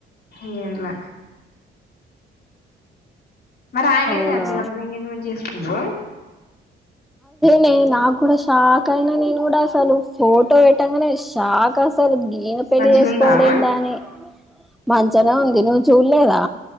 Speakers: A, on the left; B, in the centre.
A: ఏంలా మరి ఆయన
B: అవునా
A: ఏంది ఎంత డబ్బుని ఎంగేజ్మెంట్ చేసుకుండు
B: న నాకు కూడా షాక్ అయినా నేను కూడా అసలు ఫోటో పెట్టాంగానే షాక్ అసలు ఈయన పెళ్లి
A: మంచిగా
B: చేసుకోవడేంద
A: ఉందా ఆమె
B: అని మంచనే ఉంది నువ్వు చూడలేదా